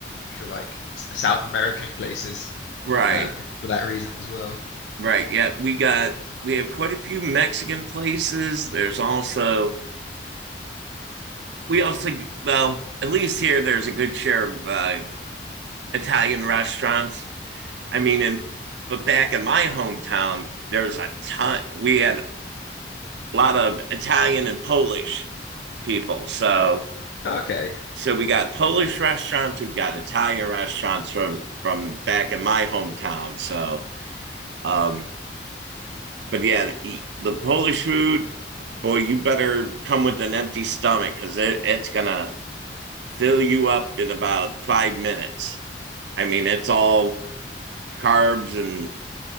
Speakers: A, on the left; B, on the right.
A: sure like S- South American places
B: right,
A: um, for that reason as well.
B: right. Yeah, we got we have quite a few Mexican places. There's also we also well, at least here there's a good share of uh, Italian restaurants. I mean, and but back in my hometown, there's a ton. We had a lot of Italian and Polish people, so
A: Okay.
B: so we got Polish restaurants, we've got Italian restaurants from from back in my hometown. So, um, but yeah, the, the Polish food, boy, you better come with an empty stomach because it, it's gonna fill you up in about five minutes. I mean, it's all carbs and